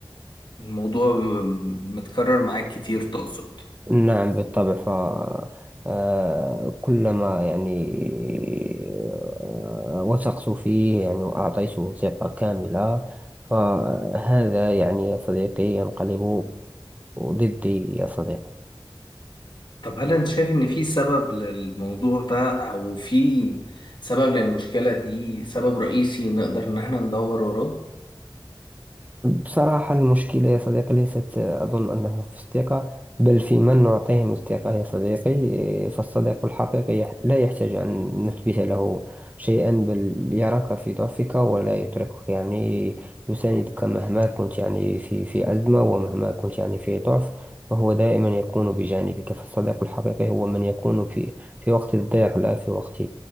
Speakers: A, on the left; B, on the right.
A: الموضوع م- متكرر معاك كتير تقصد
B: نعم بالطبع ف آه، كلما يعني آه، وثقت فيه يعني وأعطيته ثقة كاملة فهذا يعني يا صديقي ينقلب ضدي يا صديقي
A: طب هل انت شايف ان في سبب للموضوع ده او في سبب للمشكلة دي سبب رئيسي نقدر ان احنا ندور وراه
B: بصراحة المشكلة يا صديقي ليست أظن أنها في الثقة بل في من نعطيهم الثقة يا صديقي إيه، فالصديق الحقيقي يح- لا يحتاج أن نثبت له شيئا بل يراك في ضعفك ولا يتركك يعني يساندك مهما كنت يعني في في أزمة ومهما كنت يعني في ضعف فهو دائما يكون بجانبك فالصديق الحقيقي هو من يكون في في وقت الضيق لا في وقت